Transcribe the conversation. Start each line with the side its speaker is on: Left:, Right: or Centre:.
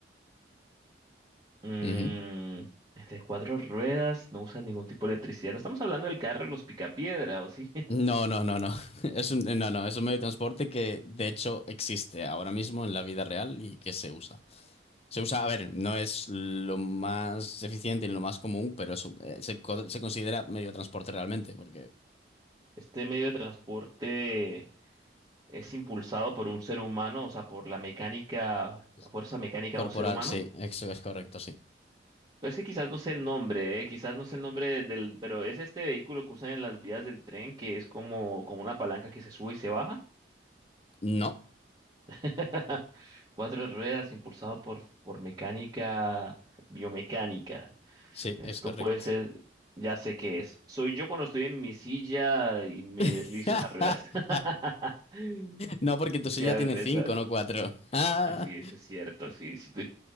Right: mm,
Left: Ujú.
Right: este cuatro ruedas. No usa ningún tipo de electricidad. No estamos hablando del carro, de los picapiedra, ¿o sí?
Left: No, no, no, no. <laughs> Es un, eh, no, no, es un medio de transporte que de hecho existe ahora mismo en la vida real y que se usa. Se usa, a ver, no es lo más eficiente ni lo más común, pero es un- eh, se, co- se considera medio de transporte realmente, porque
Right: <laughs> Este medio de transporte. es impulsado por un ser humano, o sea, por la mecánica,
Left: es
Right: la fuerza mecánica
Left: corporal,
Right: de un ser humano.
Left: sí, eso es correcto, sí.
Right: Pero es que quizás no sé el nombre, eh, quizás no sé el nombre del, pero es este vehículo que usan en las vías del tren que es como, como una palanca que se sube y se baja.
Left: No,
Right: <laughs> Cuatro ruedas impulsado por, por mecánica biomecánica.
Left: sí,
Right: Esto
Left: es correcto.
Right: puede ser, ya sé qué es. Soy yo cuando estoy en mi silla y me deslizo
Left: <laughs>
Right: en las ruedas. <laughs>
Left: No, porque
Right: Es
Left: tu silla
Right: que ya
Left: tiene
Right: me pensar.
Left: cinco, no cuatro. <laughs>
Right: Así es, es cierto. Si, si tu